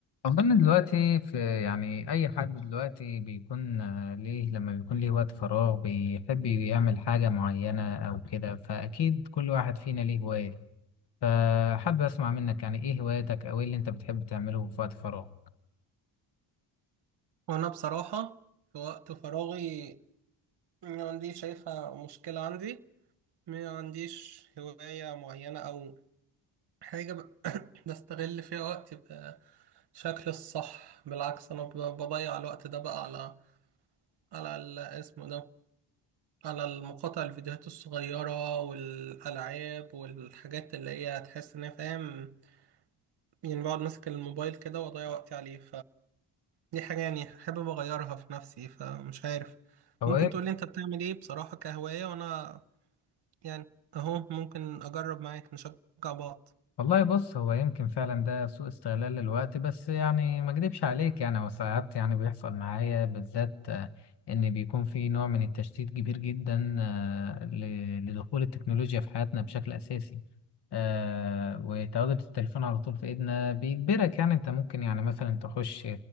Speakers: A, on the left (about 55°); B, on the right (about 55°).
A: أظن دلوقتي في يعني أي حد دلوقتي بيكون آه، ليه لما بيكون ليه وقت فراغ بيحب يعمل حاجة معينة أو كده فأكيد كل واحد فينا ليه هواية فحابب أسمع منك يعني إيه هواياتك أو إيه اللي أنت بتحب تعمله في وقت فراغك؟
B: وانا بصراحة في وقت فراغي ما عنديش شايفها مشكلة عندي ما عنديش هواية معينة او حاجة ب- بستغل فيها وقتي بشكل الصح بالعكس انا ب- بضيع الوقت ده بقى على على ال- اسمه ده على المقاطع الفيديوهات الصغيرة والألعاب والحاجات اللي هي تحس ان هي فاهم يعني بقعد ماسك الموبايل كده واضيع وقتي عليه دي حاجة يعني حابب أغيرها في نفسي فمش عارف
A: أو
B: ممكن
A: إيه
B: تقولي أنت بتعمل إيه بصراحة كهواية وأنا يعني أهو ممكن أجرب معاك نشجع بعض
A: والله بص هو يمكن فعلا ده سوء استغلال للوقت بس يعني ما اكدبش عليك يعني هو ساعات يعني بيحصل معايا بالذات آه، ان بيكون في نوع من التشتيت كبير جدا آه، ل- لدخول التكنولوجيا في حياتنا بشكل اساسي آه، وتواجد التليفون على طول في ايدنا بيجبرك يعني انت ممكن يعني مثلا تخش